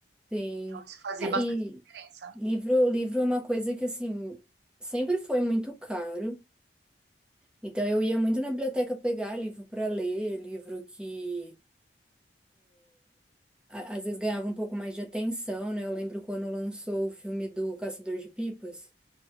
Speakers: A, in the centre; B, on the right (about 70°).
A: sim.
B: Então, isso fazia
A: É,
B: bastante
A: e
B: diferença.
A: livro, livro é uma coisa que, assim, sempre foi muito caro. Então eu ia muito na biblioteca pegar livro para ler, livro que a- às vezes ganhava um pouco mais de atenção, né? Eu lembro quando lançou o filme do Caçador de Pipas,